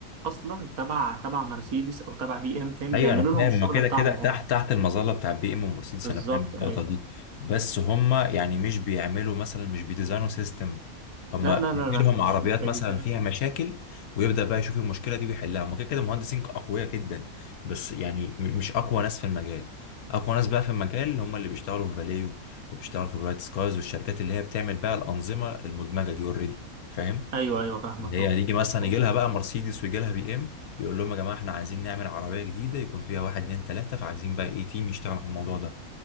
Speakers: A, on the right; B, on the left.
A: اصلا تبع تبع مرسيدس او تبع بي ام فاهم
B: ايوه
A: بيعملوا
B: انا
A: لهم
B: فاهم
A: الشغل
B: هما كده
A: بتاعهم
B: كده تحت
A: هم
B: تحت المظله بتاع بي ام ومرسيدس
A: بالظبط
B: انا فاهم النقطه
A: ايوه
B: دي بس هما يعني مش بيعملوا مثلا مش بيديزاينوا سيستم هما
A: لا لا
B: بيجيلهم
A: لا لا مش
B: عربيات
A: مش هيدي
B: مثلا فيها مشاكل ويبدا بقى يشوف المشكله دي ويحلها هما كده كده مهندسين اقوياء جدا بس يعني م- مش اقوى ناس في المجال اقوى ناس بقى في المجال هما اللي بيشتغلوا في فاليو وبيشتغلوا في برايت سكايز والشركات اللي هي بتعمل بقى الانظمه المدمجه دي اوريدي فاهم
A: ايوه ايوه فاهمك
B: اللي هي
A: اه
B: هتيجي مثلا
A: هو
B: يجي لها بقى مرسيدس ويجي لها بي ام يقول لهم يا جماعه احنا عايزين نعمل عربيه جديده يكون فيها واحد اتنين تلاته فعايزين بقى ايه تيم يشتغل على الموضوع ده